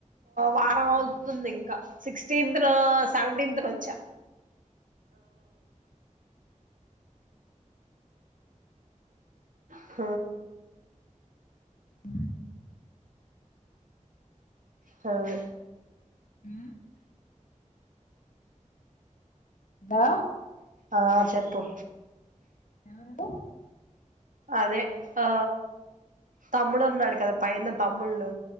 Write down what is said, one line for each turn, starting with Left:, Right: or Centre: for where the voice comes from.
Right: వారం అవుతుంది ఇంకా సిక్స్టీన్త్ ను సెవెన్త్ ను వచ్చా హ
Left: ఆ
Right: సరే
Left: ఉ దా
Right: ఆ చెప్పు
Left: ఎవరోళ్ళు
Right: అదే ఆ తమ్ముడునాడు కదా పైన తమ్ముళ్ళు